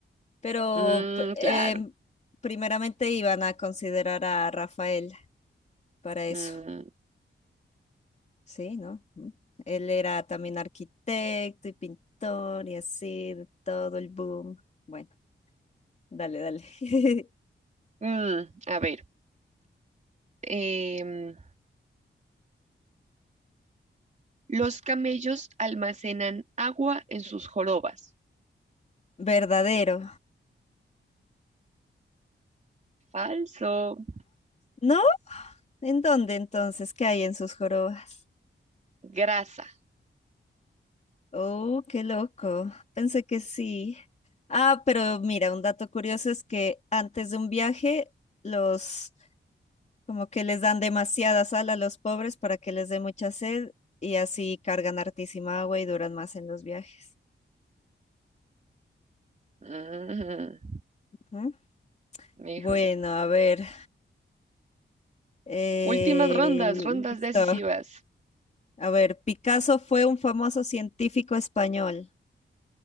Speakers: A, on the left; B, on the right.
A: Pero
B: Mm,
A: pr- em,
B: claro.
A: primeramente iban a considerar a Rafael para eso,
B: Mm,
A: ¿sí? ¿No? Mm. Él era también arquitecto y pintor y así, de todo el boom. Bueno, dale, dale. <laughs>
B: mm, a ver, em, los camellos almacenan agua en sus jorobas.
A: Verdadero.
B: Falso.
A: ¿No? ¿En dónde entonces? ¿Qué hay en sus jorobas?
B: Grasa.
A: Oh, qué loco. Pensé que sí. Ah, pero mira, un dato curioso es que antes de un viaje, los Como que les dan demasiada sal a los pobres para que les dé mucha sed y así cargan hartísima agua y duran más en los viajes.
B: Ujú.
A: Ujú.
B: Híjole.
A: Bueno, a ver. eh,
B: Últimas rondas, rondas
A: listo.
B: decisivas.
A: A ver, Picasso fue un famoso científico español.